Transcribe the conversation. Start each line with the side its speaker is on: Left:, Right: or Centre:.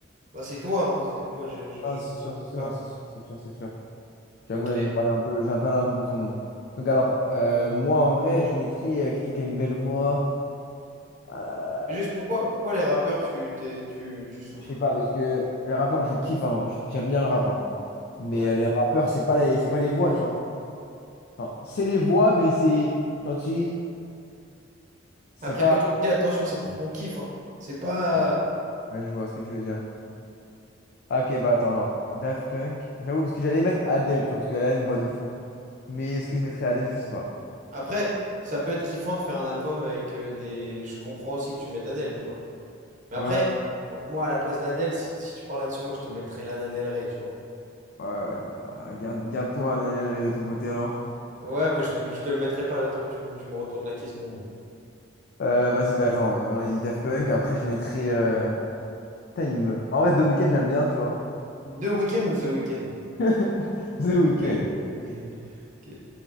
Right: Bah, c'est toi, hein. C'est- Moi, je, je,
Left: Ah,
Right: je,
Left: c'est sûr,
Right: je
Left: c'est
Right: sais
Left: sûr,
Right: pas.
Left: c'est sûr, c'est sûr, c'est sûr. J'avoue,
Right: Ok.
Left: là, j'ai parlé un peu, j'ai parlé un peu pour tout le monde. Donc, alors, euh, moi, en vrai, je mettrais euh, quelqu'un qui a une belle voix. Ah là là là là.
Right: Juste
Left: là.
Right: pourquoi, pourquoi les rappeurs, tu, t'es- tu, tu souffles?
Left: Je sais pas, parce que les rappeurs, je kiffe, hein, je- j'aime bien le rap. hein. Mais
Right: Ouais.
Left: euh, les rappeurs, c'est pas les, c'est pas les voix, tu vois. Enfin, c'est les voix, mais c'est. Genre, tu- C'est
Right: Après,
Left: pas.
Right: comme je te dis, attention, c'est pour ton kiff, hein. C'est pas.
Left: Ouais, ouais, je vois ce que tu veux dire. Ah, Ok, bah attends, alors. Daft Punk. J'avoue, parce que j'allais mettre Adele, tu vois, parce qu'elle a une voix de fou. Mais est-ce que je mettrais Adele, je sais pas.
Right: Après, ça peut être kiffant de faire un album avec euh, des. Je comprends aussi que tu mettes Adèle, tu vois. Mais
Left: Ouais.
Right: après, moi, à la place d'Adèle, si, si tu parles là-dessus, moi, je te mettrais Lana Del Rey, tu vois.
Left: Ouais, ouais, bah, garde, garde-toi un aller de ton côté alors.
Right: Ouais, bah, je te, le- je te le mettrai pas, j'attends que tu, me tu me retournes la question.
Left: Euh, vas-y, bah attends, on a dit Daft Punk, après je mettrai. euh, Putain, il me- En vrai, The Weeknd, j'aime bien, tu vois.
Right: Deux week-ends ou The Weeknd?
Left: <laughs> The Weeknd.
Right: Euh, <laughs> ok, ok.